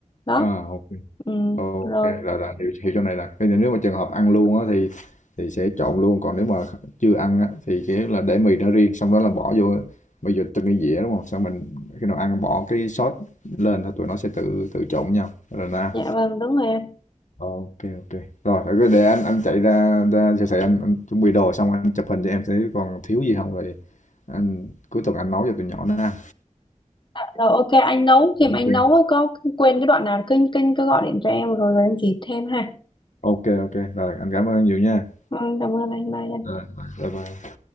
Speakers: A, on the left (about 40°); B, on the left (about 70°).
A: đó
B: à ok.
A: ừ,
B: Ok,
A: rồi
B: là là hiểu, hiểu chỗ này là bây giờ nếu mà trường hợp ăn luôn á thì thì sẽ trộn luôn còn nếu mà chưa ăn á thì kiểu là để mì nó riêng xong đó là bỏ vô bây giờ từng cái dĩa đúng không xong mình khi nào ăn bỏ cái sốt lên thì tụi nó sẽ tự tự trộn với nhau rồi ra
A: dạ vâng đúng rồi em
B: ok ok rồi để để anh anh chạy ra ra siêu thị anh, anh chuẩn bị đồ xong anh chụp hình cho em thấy còn thiếu gì không rồi anh cuối tuần anh nấu cho tụi nhỏ nó ăn
A: rồi ok anh nấu khi mà
B: ok
A: anh nấu á, có quên cái đoạn nào cứ, cứ, cứ gọi điện cho em rồi rồi em chỉ thêm ha
B: ok ok rồi anh cảm ơn nhiều nha
A: vâng cảm ơn anh bye
B: rồi bye bye